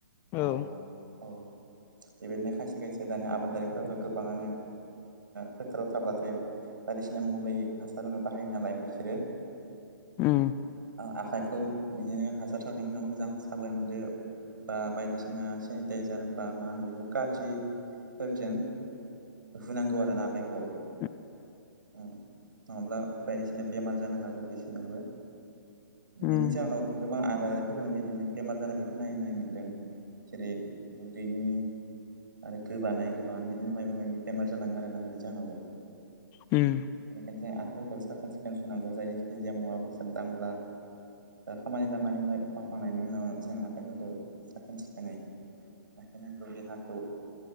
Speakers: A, on the left (about 20°); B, on the right (about 70°).
A: औ।
B: अ औ बे बायदिनो खायसे खायसे दानि आबादारिफोराथ' गोबाङानो। फोथाराव थाब्लाथाय बायदिसिना मुलि हासार होनो बाहायो नालाय बिसोरो।
A: उम
B: आं आखाइखौ बिदिनो हासार जाखांनायनि उाव मोजां साबोनदो बा बायदिसिना सेनिटाइजार बा मा होनो बेखौ खारजिफोरजों हुनांगौ आरोना आखाइखौ।
A: उम
B: उम नङाब्ला बायदिसिना बेमार जानो हागौ बिसोरनोबो।
A: उम
B: बेनि जाहनाव गोबां आबादारिफोरखौनो बिदिनो बेमार जानायखौ नाय नाय मोन्दों। जेरै उदैनि आरो गोबानाय गोबाङानो बिदिनो माबा माबि बेमार जालाङो आरोना बिनि जाहोनावबो।
A: उम।
B: बेनिखायनो जों आखाइफोरखौ साखोन सिखोन सुनांगौ जायखिजाया मुवा बेसाद दांब्ला खामानि दामानि मावखांनायनि उनाव जों आखाइफोरखौ साखोन सिखोनै लाखिनांगौ देहाखौ।